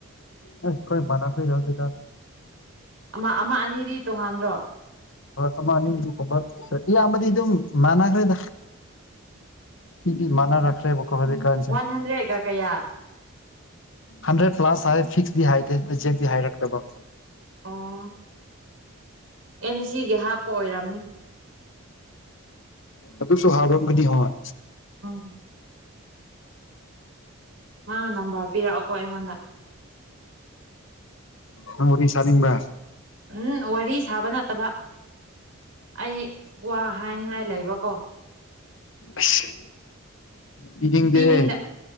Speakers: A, on the left; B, on the right.
A: ꯍꯦ ꯈꫭꯏ ꯃꯥꯟꯅꯕ ꯌꯧꯗꯦꯗꯥ
B: ꯑꯃ ꯑꯃ ꯑꯅꯤꯗꯤ ꯇꯣꯡꯉꯥꯟꯗ꯭ꯔꯣ
A: ꯍꫭꯏ ꯑꯃ ꯑꯅꯤꯒꯨꯝꯕ ꯍꫭꯏ ꯏꯌꯥꯝꯕꯗꯤ ꯑꯗꯨꯝ ꯃꯥꯟꯅꯈ꯭ꯔꯦꯗ ꯃꯤꯗꯤ ꯃꯥꯟꯅꯔꯛꯈ꯭ꯔꯦꯕꯀꫭ ꯍꯧꯖꯤꯛ ꯀꯥꯟꯁꯦ
B: ꯋꯥꯟ ꯍꯟꯗ꯭ꯔꯦꯗꯀ ꯀꯌꯥ
A: ꯍꯟꯗ꯭ꯔꯦꯠ ꯀ꯭ꯂꯥꯁ ꯍꯥꯏ ꯐꯤꯛꯁꯤꯇꯤ ꯍꯥꯏꯗꯦ ꯑꯦꯖꯦꯛꯇꯤ ꯍꯥꯏꯔꯛꯇꯕ
B: ꯑꯣ ꯑꯦꯟ ꯁꯤ ꯁꯤ ꯒꯤ ꯍꯥꯞꯄ ꯑꯣꯏꯔꯝꯅꯤ
A: ꯑꯗꯨꯁꯨ ꯍꯥꯌꯔꯝꯒꯅꯤ ꯍꯣꯏ
B: ꯎꯝ ꯃꯥ ꯅꯝꯕꯔ ꯄꯤꯔꯛꯑꯣꯀꯣ ꯑꯩꯉꯣꯟꯗ
A: ꯅꯪ ꯋꯥꯔꯤ ꯁꯥꯅꯤꯡꯕ꯭ꯔꯥ
B: ꯎꯝ ꯋꯥꯔꯤ ꯁꯥꯕ ꯅꯠꯇꯕ ꯑꯩ ꯋꯥ ꯍꯥꯏꯅꯤꯡꯉꯥꯏ ꯂꯩꯕꯀꯣ
A: ꯑꯁ ꯄꯤꯗꯤꯡꯗꯦꯍꯦ
B: ꯄꯤꯅꯤꯡꯗ